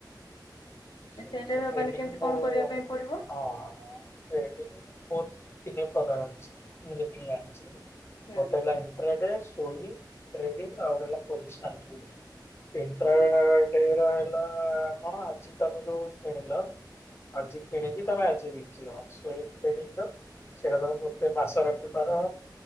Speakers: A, on the left; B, on the left.
A: ସେଇଟ
B: ସେଇଟାର
A: ଟ୍ରେଡିଂ
B: ମାନେ କେମିତି
A: ବୋ
B: କଣ କରିବା ପାଇଁ ପଡିବ
A: ହଁ। ଟ୍ରେଡି ବହୁତ ତିନି ପ୍ରକାର ଅଛି ମୁଁ ଯେତିକି ଜାଣିଛି
B: ହୁଁ।
A: Hotel line. Trade so trading ଆଉେ ପୋଜିିସନ୍ ଆ ଏଣ୍ଟର।
B: ହୁଁ
A: ଡେର ହେଲା କଣ ଆଜି ତମେ ଯୋଉ କିଣିଲ ଆଜି
B: ହୁଁ
A: କିଣିକି ତମେ ଆଜି ବି ର ସେଟା ତମ ଗୋଟେ ମାସ ରଖିବାର